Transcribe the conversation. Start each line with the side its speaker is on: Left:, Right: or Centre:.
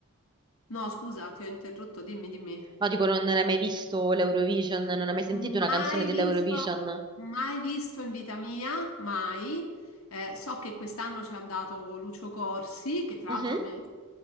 Left: no, scusa, ti ho interrotto, dimmi, dimmi.
Right: no, dico, non, non hai mai visto l'Eurovision, non hai mai sentito
Left: Mai
Right: una canzone dell'Eurovision?
Left: visto, mai visto in vita mia, mai. Eh, so che quest'anno c'è andato Lucio Corsi, che tra
Right: Mhm,
Left: l'altro a me